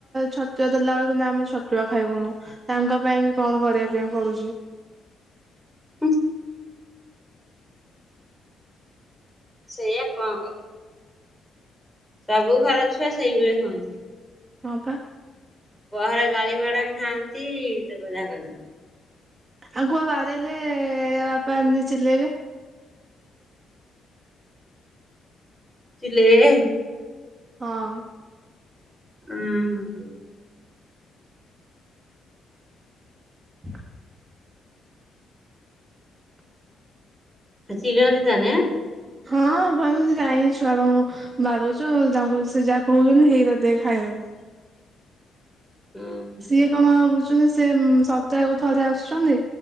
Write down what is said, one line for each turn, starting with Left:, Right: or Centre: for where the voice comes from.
Right: ଛତୁଆ ଦେଲାବେଳକୁ ଆମେ ଛତୁଆ ଖାଇବୁନୁ। ତାଙ୍କ ପାଇଁ ବି କଣ କରିବା ପାଇଁ ପଡୁଚି।
Centre: ହୁଁ ସେଇଆ କଣ କରି ସବୁ ଘର ଛୁଆ ସେଇଭଳି ହୁଅନ୍ତି।
Right: ହଁ ପା।
Centre: ବାହରେ ଗାଳିମାଡା ଖାଆନ୍ତି ତାପରେ ଜାହା କରନ୍ତି।
Right: ଆଙ୍କୁ ବା ବାଡେରେଇଲେ ୟାବାପା ଏମିତି ଚିଲେଇବେ।
Centre: ଚିଲେଇବେ?
Right: ହଁ।
Centre: ଉଁ ହୁଁ।
Right: <unintelligible>
Centre: ଚିଡ଼ନ୍ତି ତାହାନେ?
Right: ହଁ କୁହନ୍ତି କାଇଁ ଛୁଆରାଙ୍କୁ ବାଡୋଉଚୁ ତାଙ୍କୁ ସେ ଯାହା କୋହୁଚନ୍ତି ହେଇରା ଦେ ଖାଇବାକୁ।
Centre: ଉଁ ହୁଁ।
Right: ସିଏ କଣ ଆଉ ବୁଝୁଚନ୍ତି ସିଏ ସପ୍ତାହକୁ ଥରେ ଆସୁଛନ୍ତି।